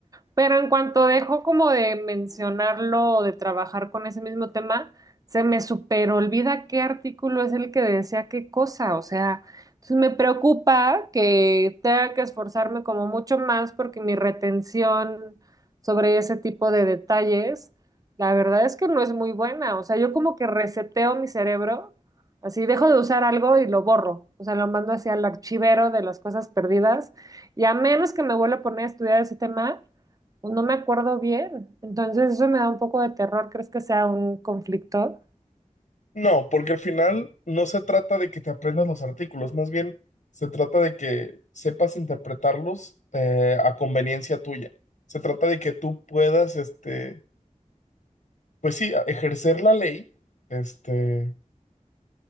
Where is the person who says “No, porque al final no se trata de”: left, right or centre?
Left